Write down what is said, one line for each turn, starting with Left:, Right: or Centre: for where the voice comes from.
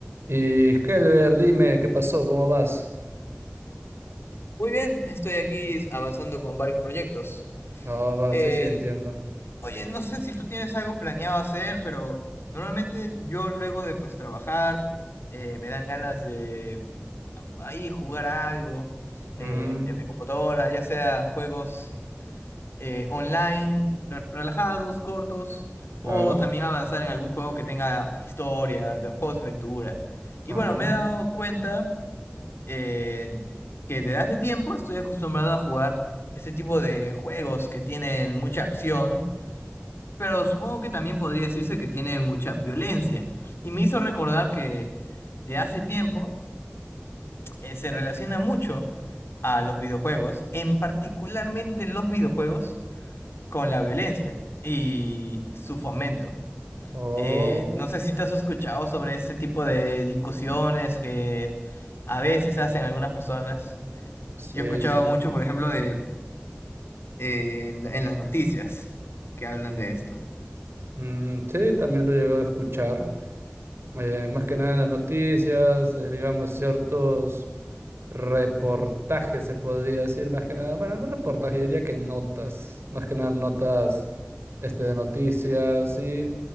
Right: Y Helber, dime, ¿qué pasó? ¿Cómo vas?
Left: Muy bien, estoy aquí avanzando con varios proyectos.
Right: Ah, va,
Left: En-
Right: sí, sí, entiendo.
Left: oye, no sé si tú tienes algo planeado hacer, pero normalmente yo luego de pues trabajar eh, me dan ganas de a- ahí jugar algo eh,
Right: Mm,
Left: en mi computadora, ya sea juegos eh, online, re- relajados, cortos,
Right: claro.
Left: o también avanzar en algún juego que tenga historia, de- juegos de aventura. Y
Right: Ah,
Left: bueno, me he dado cuenta eh, que desde hace tiempo estoy acostumbrado a jugar este tipo de juegos que tienen mucha acción, pero supongo que también podría decirse que tiene mucha violencia. Y me hizo recordar que de hace tiempo eh, se relaciona mucho a los videojuegos, en particularmente los videojuegos, con la violencia y su fomento.
Right: oh,
Left: Eh, no sé si te has escuchado sobre este tipo de discusiones que a veces hacen algunas personas.
Right: sí,
Left: Yo he escuchado
Right: sí.
Left: mucho, por ejemplo, de eh, en, la- en las noticias que hablan de esto.
Right: Mm, sí, también lo he llegado a escuchar. eh, más que nada en las noticias, eh, digamos, ciertos reportajes, se podría decir, más que nada, bueno, no reportajes, yo diría que notas, más que nada notas este, de noticias y